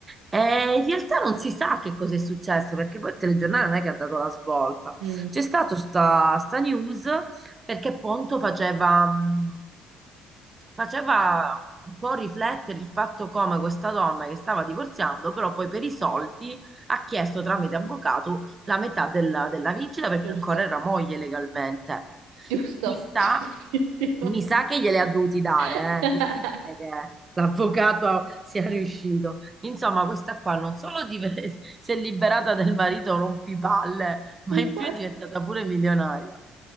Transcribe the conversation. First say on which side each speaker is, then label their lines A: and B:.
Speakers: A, on the right (about 25°); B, on the right (about 85°).
A: E in realtà non si sa che cosa è successo, perché poi il telegiornale non è che ha dato la svolta.
B: Mm.
A: C'è stata sta, sta news perché Ponto faceva, mh, faceva un po' riflettere il fatto come questa donna che stava divorziando, però poi per i soldi ha chiesto tramite
B: Mhm.
A: avvocato la metà della, della vincita perché
B: Giusto,
A: ancora era moglie legalmente.
B: giusto,
A: Mi sa,
B: <laughs> giustissimo.
A: mi sa che gliele ha dovuti dare,
B: <laughs>
A: eh. Difficile che l'avvocato sia riuscito. Insomma, questa qua non solo dive- <laughs> si è liberata del marito rompipalle, ma
B: Infatti.
A: in più è diventata pure milionaria.